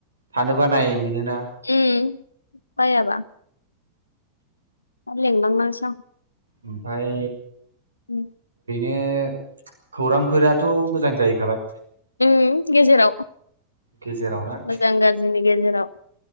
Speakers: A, on the right; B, on the left.
A: थानोबा नाय मोनोना
B: ओम बायाबा लिंलांनोसै आं
A: ओमफाय
B: ओम
A: ए खौरांफोराथ' मोजां जाहैखाबाय
B: ओम गेजेराव
A: गेजेरावनो
B: मोजां गाज्रिनि गेजेराव